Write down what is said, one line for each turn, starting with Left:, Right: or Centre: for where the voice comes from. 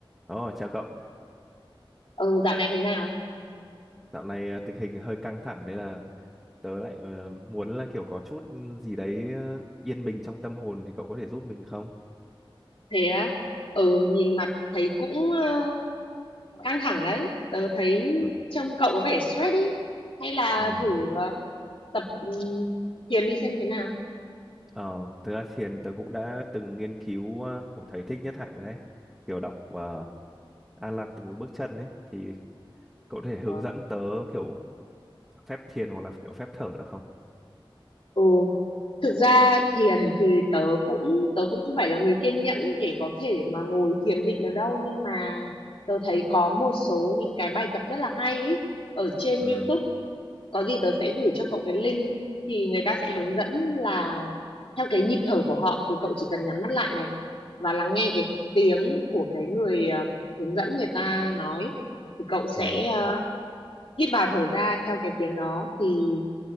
Centre: Ồ, chào cậu.
Left: ừ dạo này thế nào
Centre: Dạo này ờ, tình hình hơi căng thẳng nên là tớ lại ờ, muốn là kiểu có chút gì đấy ờ, yên bình trong tâm hồn thì cậu có thể giúp mình không?
Left: thế á ừ nhìn mặt thấy cũng ờ, căng thẳng đấy tớ thấy
Centre: Ừ.
Left: trông cậu có vẻ stress ấy hay là
Centre: Ừ.
Left: thử ờ, tập ừ, thiền đi xem thế nào
Centre: Ờ, thực ra thiền tớ cũng đã từng nghiên cứu ờ, của thầy Thích Nhất Hạnh rồi đấy. Kiểu đọc ờ, An Lạc từ bước chân ấy thì cậu có thể hướng
Left: ờ,
Centre: dẫn tớ kiểu phép thiền hoặc là kiểu phép thở được không?
Left: ừ thực ra thiền thì tớ cũng tớ cũng không phải là người kiên nhẫn để có thể mà ngồi thiền định được đâu nhưng mà tớ thấy có một số những cái bài tập rất là hay ấy ở trên
Centre: Ừ.
Left: YouTube có gì tớ sẽ gửi cho cậu cái link thì người ta sẽ hướng dẫn là theo cái nhịp thở của họ thì cậu chỉ cần nhắm mắt lại này và lắng nghe cái tiếng của cái người ờ, hướng dẫn người ta nói thì cậu sẽ
Centre: Ừ.
Left: ờ, hít vào thở ra theo cái tiếng đó thì